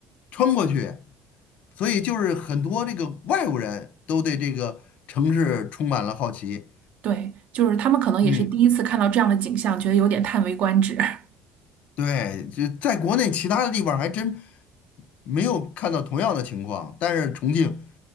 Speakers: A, on the left (about 65°); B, on the right (about 65°).
A: 穿过去。所以就是很多这个外国人都对这个城市充满了好奇。
B: 对，就是他们可能也是第一次看到这样的景象，
A: 嗯，
B: 觉得有点叹为观止。<laughs>
A: 对，就在国内其他的地方还真没有看到同样的情况，但是重庆